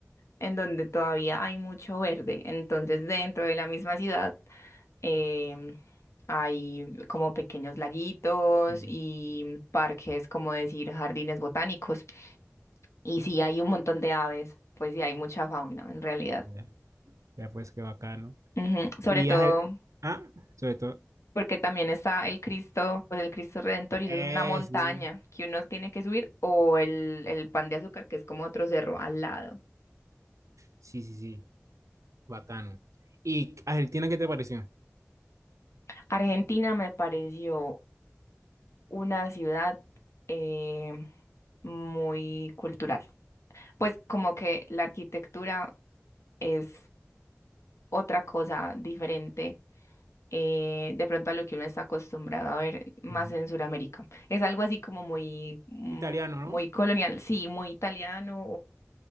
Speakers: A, on the left; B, on the right.
A: en donde todavía hay mucho verde. Entonces, dentro de la misma ciudad em, hay como pequeños laguitos
B: Sí.
A: y parques, como decir, jardines botánicos. Y sí, hay un montón de aves, pues sí, hay mucha fauna en realidad.
B: Ya, ya pues qué bacano.
A: Ujú, Sobre
B: Y
A: todo
B: has- ah, sobre todo.
A: porque también está el Cristo, pues el Cristo Redentor, y
B: Eh,
A: eso es una montaña
B: sí.
A: que uno tiene que subir, o el, el Pan de Azúcar, que es como otro cerro al lado.
B: Sí, sí, sí. Bacano. ¿Y Argentina qué te pareció?
A: Argentina me pareció una ciudad eh, muy cultural. Pues como que la arquitectura es otra cosa diferente. eh, de pronto a lo que uno está acostumbrado a ver más
B: Ujú.
A: en Sudamérica. Es algo así como muy, mm,
B: Italiano,
A: muy
B: ¿no?
A: colonial, sí, muy italiano